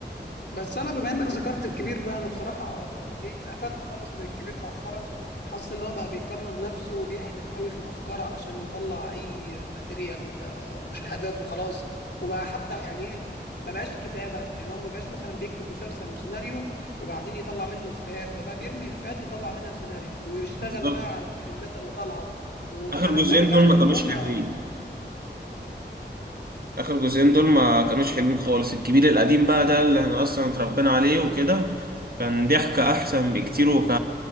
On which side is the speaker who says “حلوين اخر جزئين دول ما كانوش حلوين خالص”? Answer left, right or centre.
Right